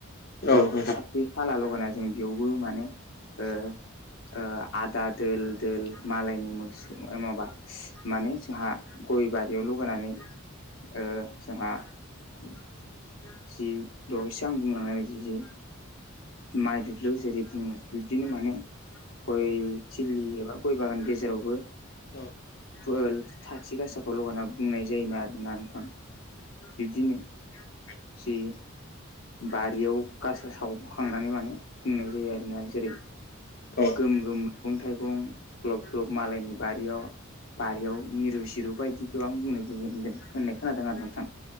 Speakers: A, on the left; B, on the left.
A: औ
B: ल
A: नोंथां
B: साथि खाला लगायना जों बेयावबो माने ओ ओ आदा दोल द मालायनि मोसौ माबा माने जोंहा गय बारियाव लगैनानै ओ जोंहा जि दहायसो आं बुंलांनाय बायदि जि माइ दुब्लियाव जेरै बुङो बिब्दिनो माने गय थिलि एबा गय बागाननि गेजेरावबो
A: औ
B: साथि गासाखौ लगाना बुंनाय जायोना आरोना नोंथां। बिब्दिनो जि बारियाव गासा सावखांनानै माने बुंनाय जायो आरो ना। जेरै
A: औ
B: गोम गोम मैगं थाइगं ग्लब ग्लब मालायनि बारियाव बारियाव मिरु सिरु बायदिखौ आं बुंनाय जायो होनदों होननाय खोनादों आरो नोंथां